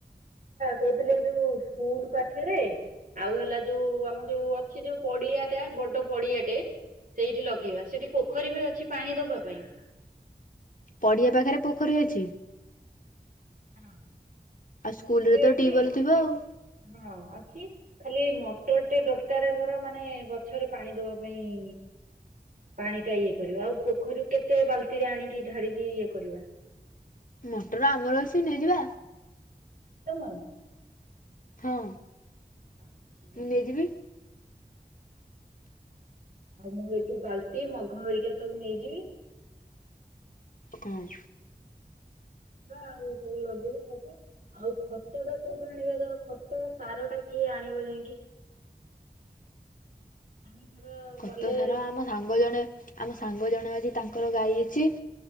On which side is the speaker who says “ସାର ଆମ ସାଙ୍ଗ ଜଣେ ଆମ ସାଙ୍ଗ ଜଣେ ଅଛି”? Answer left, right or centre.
Left